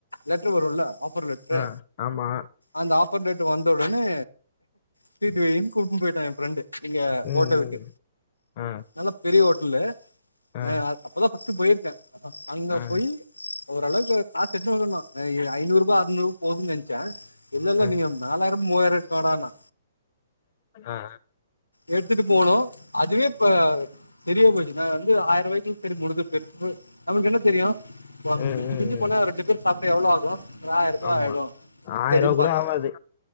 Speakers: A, on the left (about 80°); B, on the left (about 45°).
A: லெட்டர் வருல ஆஃபர் லெட்ரு
B: ஆ. ஆமா.
A: அந்த ஆஃப் ஓப்பன் டேட் வந்த உடனே ட்ரீட்டு வைனு கூப்புனு போய்ட்டா என் ஃப்ரெண்டு ச் இங்க
B: ம்.
A: ஹோட்டலுக்கு
B: ம். ஆ.
A: நல்லா பெரிய ஹோ ல்லு
B: ஆ.
A: ஆஹ் அப்ப தா ஃபஸ்ட் போய்ருக்கே ஆமா அங்க
B: ஆ.
A: போய் ஒரு அளவுக் கு காசு எட்டுனு வல்லனே ஐ ஐநூறு ருபா அறுநூறு போதுன்னு நென ச்சே இல்லல்ல
B: ஆ.
A: நீங்க நாலாய் மூவாயிருவா எட்டு வாடான்னா
B: ஆ.
A: எடுத்துட்டு போனும் அதுவே ப்ப தெரியாம போய்ருச்சு நான் வந்து ஆயிர அவங்கிட் திரு முடுஞ்சும் <inaudible> அவனுக்கு என்ன தெரியும் <unintelligible>
B: ம்.
A: மிஞ்சி
B: ம்.
A: மிஞ்சி
B: ம்.
A: போனா ஒரு ரெண்டு பேர் சாப்ட எவ்ளோ ஆகும் ஒரு ஆயரூபா
B: ஆமா.
A: ஆய்டும்
B: ரூ.
A: சரின்னு
B: கூட
A: பாத்தேன்
B: ஆவாது.